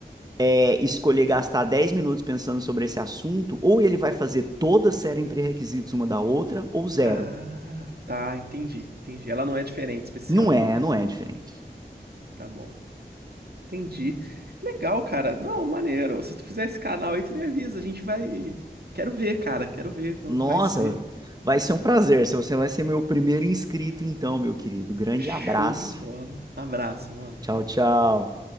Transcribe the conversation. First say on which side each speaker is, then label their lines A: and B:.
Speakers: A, on the right; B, on the right.
A: é escolher gastar 10 minutos pensando sobre esse assunto, ou ele vai fazer toda a série em pré-requisitos uma da outra, ou zero.
B: Ah, tá, entendi, entendi. Ela não é diferente, especial.
A: Não é, não é diferente.
B: Tá bom. Entendi. Legal, cara. Não, maneiro. Se tu fizer esse canal aí, tu me avisa. A gente vai. Quero ver, cara. Quero ver como
A: Nossa,
B: que vai ser.
A: vai ser um prazer. Se Você vai ser meu primeiro inscrito, então, meu querido. Grande
B: Show
A: abraço.
B: de bola. Abraço, mano.
A: Tchau, tchau.